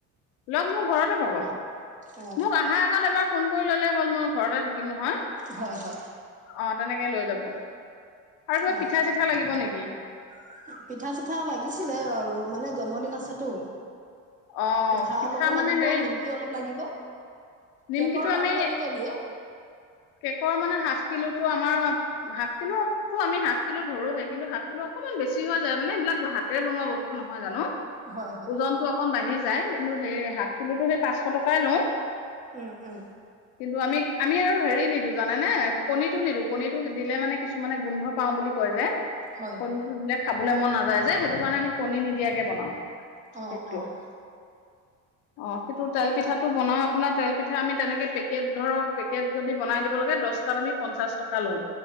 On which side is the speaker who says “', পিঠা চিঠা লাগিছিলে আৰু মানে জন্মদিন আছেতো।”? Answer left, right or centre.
Right